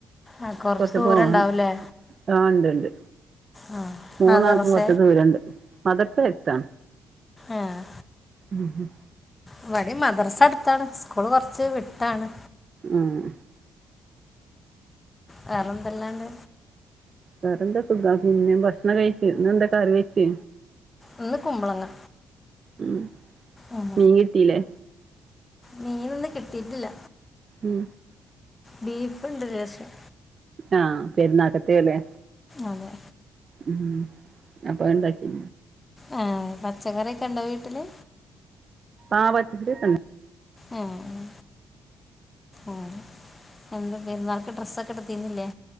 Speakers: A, on the left; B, on the right.
A: ആ കുറച്ച്
B: കൊറച്ച്
A: ദൂരം
B: പോവാണ്ട്
A: ഉണ്ടാവില്ലേ
B: ആഹ് ഇണ്ട് ഇണ്ട്
A: ആ
B: മൂന്നാൾക്കും
A: മദ്രസ
B: കൊറച്ച് ദൂരം ഇണ്ട് മദർസ എടുത്താ
A: ആഹ്
B: ഉം ഉം
A: ഇവിടെ മദ്രസ അടുത്താണ് സ്കൂള് കൊറച്ച് വിട്ടാണ്
B: ആഹ്
A: വേറെ എന്തല്ലാം ണ്ട്
B: വേറെന്താ സുഖ പിന്നെ ഭക്ഷണം കഴിച്ചു പിന്നെ എന്താ കറി വെച്ച്.
A: ഇന്ന് കുമ്പളങ്ങ.
B: ഉം
A: ഉം
B: മീൻ കിട്ടീല്ലേ
A: മീനൊന്നും കിട്ടിട്ടില്ല.
B: ഉം
A: ബീഫുണ്ട് ലേശം.
B: ആ പെരുന്നാക്കത്തേല്ലേ.
A: അതെ
B: ഉം അപ്പൊ അതുണ്ടാക്കി.
A: ആ പച്ചക്കറിയൊക്കെ ഉണ്ടോ വീട്ടില്?
B: ആ പച്ചക്കറി ഒക്കെണ്ട്.
A: ആ ആ അ എന്ത പെരുന്നാൾക്ക് ഡ്രസ്സ് ഒക്കെ എടുത്തീന്നില്ലേ.